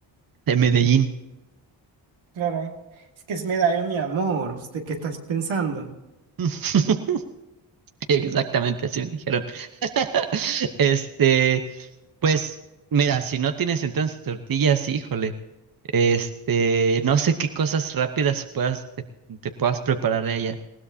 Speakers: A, on the right; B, on the right.
A: de Medellín.
B: Claro, es que es Medallo, mi amor, ¿usted qué estás pensando?
A: <laughs> Exactamente, así me dijeron. <laughs> Este, pues, mira, si no tienes entonces tortillas, híjole, este, no sé qué cosas rápidas puedas, te, te puedas preparar de allá.